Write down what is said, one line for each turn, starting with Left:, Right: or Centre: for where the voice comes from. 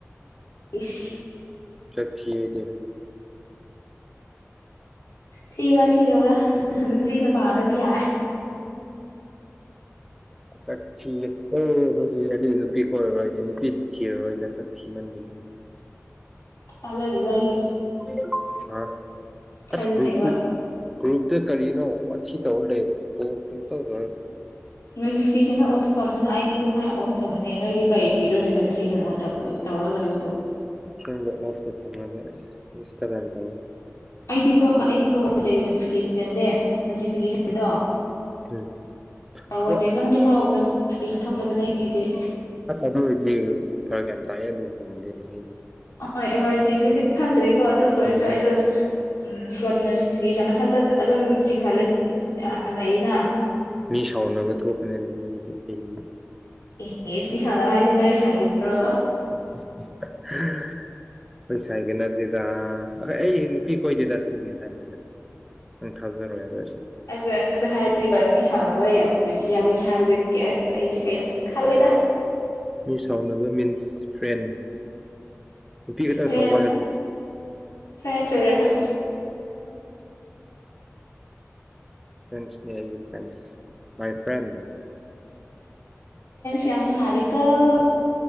Left: ꯏꯁ
Centre: ꯁꯛ ꯊꯤ ꯑꯩꯗꯤ
Left: ꯊꯤꯕꯔꯥ ꯊꯤꯗꯕꯔꯥ ꯅꯨꯄꯤꯅ ꯄꯥꯝꯔꯗꯤ ꯌꯥꯔꯦ
Centre: ꯁꯛ ꯊꯤ ꯑꯣ ꯍꯣꯏ ꯑꯗꯨꯗꯤ ꯅꯨꯄꯤ ꯀꯣꯏꯔꯔꯣꯏ ꯅꯨꯄꯤ ꯊꯤꯔꯔꯣꯏꯗ ꯁꯛ ꯊꯤꯃꯟꯕꯒꯤ
Left: ꯊꯖꯥꯗꯦꯗ ꯑꯩꯗꯤ
Centre: <unintelligible>
Left: ꯊꯥꯖꯗꯦꯕ
Centre: ꯒ꯭ꯔꯨꯞꯇ ꯀꯔꯤꯅꯣ ꯋꯥꯊꯤ ꯇꯧꯔ ꯂꯩ ꯁꯨꯡꯇꯧ ꯇꯧꯔꯣꯏ
Left: ꯅꯣꯇꯤꯐꯤꯀꯦꯁꯟ ꯇꯥꯃꯣꯅ ꯑꯩꯗꯤ ꯑꯗꯨꯃꯥꯏꯅ ꯑꯣꯐ ꯊꯝꯕꯅꯦ ꯅꯣꯏꯗꯤ ꯀꯩ ꯒꯤꯔꯣꯅꯦ ꯅꯣꯇꯤꯐꯤꯀꯦꯁꯟ ꯑꯣꯟ ꯇꯧꯔꯒ ꯂꯩꯕꯗꯣ
Centre: ꯑꯁꯦꯡꯕ ꯑꯣꯐꯇ ꯊꯝꯃꯒꯦ ꯑꯁ ꯗꯤꯁꯇꯥꯞ ꯌꯥꯝ ꯇꯧꯋꯤ
Left: ꯑꯩꯗꯤꯀꯣ ꯑꯩꯗꯤꯀꯣ ꯋꯥꯆꯦ ꯅꯣꯇꯤꯐꯤꯀꯦꯁꯟ ꯗꯦ ꯅꯣꯇꯤꯐꯤꯀꯦꯁꯟꯗꯣ
Centre: ꯎꯝ
Left: ꯋꯥꯆꯦꯞ
Centre: ꯑꯣ
Left: ꯆꯪꯗꯔꯤ ꯐꯥꯎ ꯅꯣꯇꯤꯐꯤꯀꯦꯁꯟ ꯊꯣꯛꯇꯕꯅꯦ ꯑꯩꯒꯤꯗꯤ
Centre: ꯑꯁ ꯑꯗꯨ ꯑꯣꯏꯔꯗꯤ ꯐꯔꯛ ꯌꯥꯝ ꯇꯥꯏ ꯑꯗꯨꯒꯨꯝꯗꯨꯗꯤ ꯑꯩꯗꯤ
Left: ꯑꯣꯏ ꯑꯦꯃꯥꯔꯖꯦꯟꯁꯤꯗꯗꯤ ꯈꯪꯗ꯭ꯔꯦꯀꯣ ꯑꯗꯨ ꯑꯣꯏꯔꯁꯨ
Centre: ꯎꯝ
Left: ꯑꯩꯗꯣ ꯎꯝ ꯐ꯭ꯂꯣꯇꯦꯁꯟ ꯃꯊꯛꯇ ꯑꯗꯨꯝ ꯆꯤꯡꯈꯠꯂ ꯂꯩꯅ
Centre: ꯃꯤ ꯁꯥꯎꯅꯕ ꯊꯣꯛꯀꯅꯤ ꯑꯗꯨꯗꯤ ꯑꯩꯗꯤ ꯑꯩꯗꯤ
Left: ꯑꯦ ꯃꯤ ꯁꯥꯎꯟꯕ ꯍꯥꯏꯁꯦ ꯅꯣꯏ ꯁꯥꯏꯒꯔꯣ
Centre: <inaudible> ꯍꯣꯏ ꯁꯥꯏꯒ ꯅꯠꯇꯦꯗ ꯑꯈꯣꯏ ꯑꯩ ꯅꯨꯄꯤ ꯀꯣꯏꯗꯦ ꯗ ꯁꯤꯡꯕꯤꯌꯨ ꯍꯥꯏꯕꯅꯤꯗ ꯅꯪ ꯊꯥꯖꯔꯣꯏ ꯌꯥꯔꯦ
Left: <unintelligible> ꯑꯗꯨ ꯍꯥꯏꯔꯒ ꯃꯤ ꯁꯥꯎꯅꯕ ꯌꯥꯎꯅꯤ ꯍꯥꯏꯕꯗꯨ ꯑꯩꯁꯦ ꯀꯩꯅꯣ ꯈꯜꯂꯦꯗ
Centre: ꯃꯤ ꯁꯥꯎꯅꯕ ꯃꯤꯟꯁ ꯐ꯭ꯔꯦꯟ ꯅꯨꯄꯤ ꯈꯛꯇꯪ
Left: ꯐ꯭ꯔꯦꯟ
Centre: ꯁꯥꯎꯕ ꯍꯥꯏꯕ
Left: ꯐ꯭ꯔꯦꯟꯁ ꯑꯣꯏꯔꯁꯨ
Centre: ꯐ꯭ꯔꯦꯟꯁꯒꯤ ꯐ꯭ꯔꯦꯟꯁ ꯃꯥꯏ ꯐ꯭ꯔꯦꯟ
Left: ꯌꯥꯝ ꯃꯥꯂꯤꯀꯣ